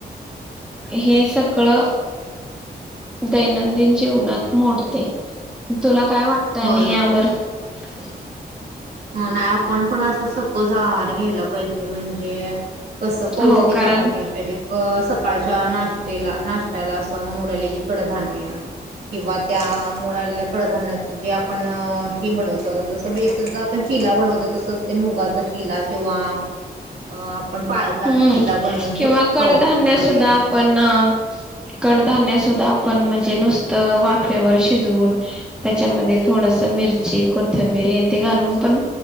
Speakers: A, in the centre; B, on the right (about 75°).
A: हे सगळं दैनंदिन जीवनात मोडते तुला काय वाटतं
B: होय
A: आणि यावर
B: होय
A: <unintelligible>
B: हो नाही आपण पण असा सकस आहार घ्यायला पाहिजे म्हणजे. कसं पौष्टिक
A: हो कारण
B: आहार घ्याय पाहिजे क सकाळच्या नाश्तेला नाष्टत्याला असं मोड आलेली कड धान्य. किंवा त्या मोड आलेल्या कडधान्याच जे आपण हे बनवतो आता जस बेसनच आप चिला बनवते तसच ते मुगाचा चिला किंवा अ आपण पालकाचा
A: हम्म
B: चिला बनवून
A: किंवा
B: शक
A: कडधान्य
B: खाऊ शकतोय.
A: सुद्धा आपण कडधान्य सुद्धा आपण म्हणजे नुसत वाफेवर शिजवून त्याच्यामध्ये थोडस मिरची कोथंबिर हे ते घालून पण